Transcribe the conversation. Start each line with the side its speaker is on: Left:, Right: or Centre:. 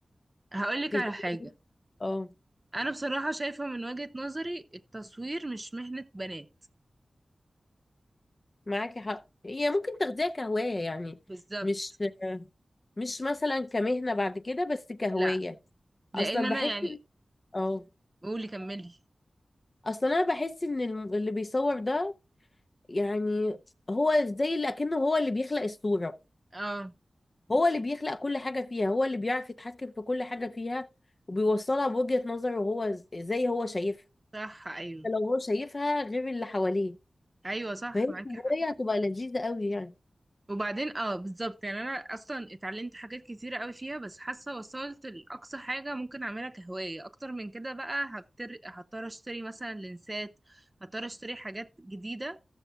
Right: هقولك
Left: تزودي
Right: على حاجة
Left: اه
Right: أنا بصراحة شايفة من وجهة نظري التصوير مش مهنة بنات
Left: معاكي حق هي ممكن تاخديها كهواية يعني
Right: بالظبط
Left: مش مش مثلا كمهنة بعد كده بس كهواية
Right: لا لأن
Left: اصلا
Right: أنا
Left: بحس
Right: يعني
Left: إن- اه
Right: قولي كملي
Left: اصلا انا بحس ان الم- اللي بيصور ده يعني هو زي اللي اكنه هو اللي بيخلق الصورة
Right: اه
Left: هو اللي بيخلق كل حاجة فيها هو اللي بيعرف يتحكم في كل حاجة فيها وبيوصلها بوجهة نظره هو ز- زي هو شايفها
Right: صح أيوه
Left: لو هو شايفها غير اللي حواليه
Right: أيوه صح
Left: فهي الهواية
Right: معاكي حق
Left: هتبقى لذيذة قوي يعني
Right: وبعدين اه بالظبط يعني انا اصلا اتعلمت حاجات كتيرة قوي فيها بس حاسه وصلت لاقصى حاجه ممكن اعملها كهوايه اكتر من كده بقى هبتر... هضطر اشتري مثلا لنسات هضطر اشتري حاجات جديده